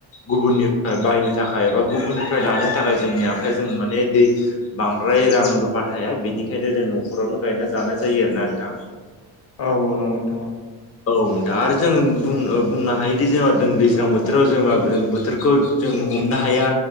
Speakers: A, on the left (about 30°); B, on the left (about 55°).
A: गुबुननिफ्राय बायनो थाखाय एबा गुबुननिफ्राय लानो थाखाय जोंनि आखाइ जों माने दै बांद्राय रां रुफा थाया बेनिखायनो जों न'खरावनो गायना जानाय जायो आरो ना नोंथां
B: औ औ नंगौ नोंथां औ
A: औ दा आरो जों बुं ओ बुंनो हायोदि जोङो <unintelligible> गोजां बोथोराव जोबा जों बोथोरखौ जों हमनो हाया